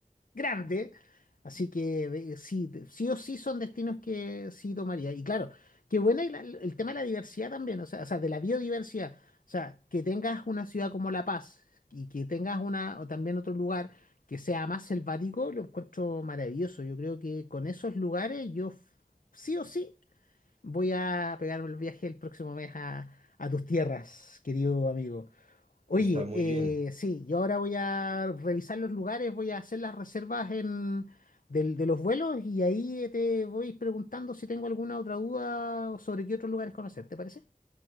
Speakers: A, on the left (about 80°); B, on the right (about 50°).
A: grande, así que de- sí, de- sí o sí son destinos que sí tomaría. Y claro, qué buena y la- el tema de la diversidad también, o sea, o sea, de la biodiversidad, o sea, que tengas una ciudad como La Paz y que tengas una, o también otro lugar que sea más selvático, lo encuentro maravilloso. Yo creo que con esos lugares yo f- sí o sí. Voy a pegarme el viaje el próximo mes a, a tus tierras, querido amigo. Oye,
B: Está muy
A: eh,
B: bien.
A: sí, yo ahora voy a revisar los lugares, voy a hacer las reservas en, del- de los vuelos y ahí eh, te voy preguntando si tengo alguna otra duda sobre qué otros lugares conocer, ¿te parece?